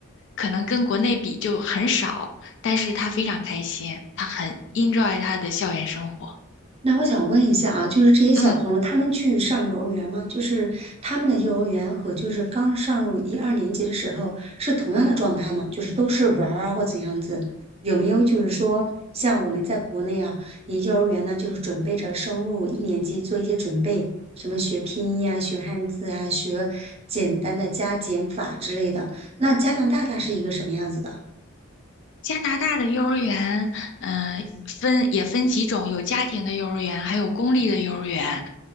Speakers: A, on the left; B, on the right.
A: 可能跟国内比就很少，但是他非常开心，他很 enjoy 他的校园生活。
B: 那我想问一下啊，就是这些小朋友他们去上幼儿园吗？
A: 嗯，
B: 就是他们的幼儿园和就是刚上入一二年级的时候是同样的状态吗？就是都是玩儿啊或怎样子？有没有就是说像我们在国内啊，你幼儿园呢就是准备着升入一年级做一些准备，什么学拼音啊、学汉字啊、学简单的加减法之类的。那加拿大它是一个什么样子的？
A: 加拿大的幼儿园，嗯、分也分几种，有家庭的幼儿园，还有公立的幼儿园。